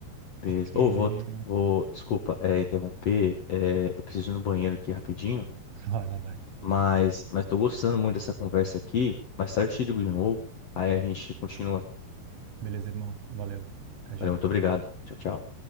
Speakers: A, on the right; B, on the left.
A: Porque.
B: Beleza. Ô, vou, vou, desculpa, é, interromper. é, eu preciso ir no banheiro aqui rapidinho.
A: Vai lá, vai.
B: Mas, mas tô gostando muito dessa conversa aqui. Mais tarde eu te ligo de novo. Aí a gente continua.
A: Beleza, irmão. Valeu. Até
B: Valeu,
A: já.
B: muito obrigado. Tchau, tchau.